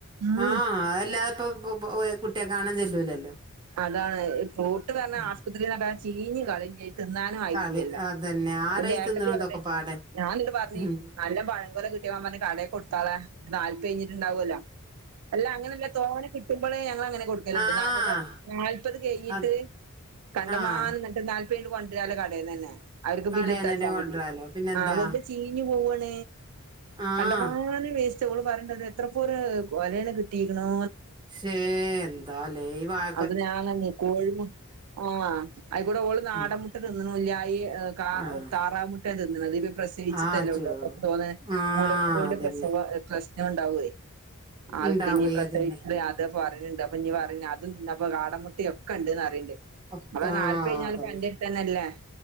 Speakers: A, on the right; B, on the right.
A: ഉം
B: ആഹ അതല്ലാതെ ഇപ്പം കുട്ടിയെ കാണാൻ ചെല്ലൂലല്ലോ
A: അതാണ് ഫ്രൂട്ട് പറഞ്ഞാ
B: ഉം
A: ആസ്പത്രിലൊക്കെ ചീഞ്ഞ് കള്ളിഞ്ഞ് തിന്നാനും ആയിട്ടില്ലല്ലോ
B: കളി അതന്നെ ആരായി
A: അപ്പൊന്റെ ഏട്ടത്തി
B: തിന്നണു
A: പറഞ്ഞ്
B: ഇതൊക്കെ പാടെ
A: ഞാൻ ഇന്ന് പറഞ്ഞഞ്
B: ഉം
A: നല്ല പഴംകൊലം കിട്ടിയപ്പം പറഞ്ഞ് കാടെക്ക് കൊടുത്താളെ നൽപ്പത് കഴിഞ്ഞിട്ടുണ്ടാവേല്ലോ അല്ല അങ്ങനെയല്ല തോനെ കിട്ടുമ്പോള് ഞങ്ങൾ അങ്ങനെ കൊടുക്കലുണ്ട്
B: ആഹ്
A: നാല്പത് കഴഞ്ഞീട്ട്
B: അത്
A: കണ്ടമാന്നം
B: ആഹ്
A: ഇന്നട്ട് നാല്പത് കൈഞ്ഞ്ട്ട് കൊണ്ടുവരാല്ലോ കടയിൽന്ന് തന്നെ അവർക്ക്
B: കടേന്ന്
A: ബില്ല്ട്ടെച്ചാൽ
B: തന്നെ കൊണ്ടരാലോ
A: മതി
B: പിന്നെന്താ
A: ആ വെറ്തെ ചീഞ്ഞു പോവണ്
B: ആഹ്
A: കണ്ടമാന വേസ്റ്റ് ഓള് പറയണ്ട്ത് എത്ര പോരും കൊലെണ് കിട്ടിയിക്കണോ
B: ശേ എന്താലേ ഇ വാഴ
A: അത് ഞാന് കോഴി മുട്ട ആ അയിക്കൂടെ ഒള്ള് നാടൻ
B: ഉം
A: മുട്ട തിന്നുന്നു ഇല്ല ഈ കാട
B: ആഹ്
A: മുട്ട താറാവ് മുട്ടണ് തിന്ന്ണത് പ്രസവിച്ട്ടല്ലേ
B: ആ
A: ഉള്ളൂ
B: ചോ
A: അപ്പൊക്ക് തോന്ന
B: ആഹ്
A: മൂലക്കുരുന്റെ
B: അതന്നെ
A: പ്രസവം പ്രശ്നം ഉണ്ടാവേ ആൾക്ക്ഞ്ഞ്
B: ഉണ്ടാവേ
A: പ്രസവിച്ചിട്ട്
B: അതന്നെ
A: അത് പറയണ്ട് അപ്പൊഞ് പറയു അതും ഇന്നപ്പൊ കാടമുട്ടക്കെ ഉണ്ട് പറയ്ണ്ട്
B: ഒക്കെ
A: നൽപ്പത്
B: ആഹ്
A: കൈഞ്ഞാല്ലും
B: അതന്നെ
A: അന്റെടുത്ത്ന്നല്ലെ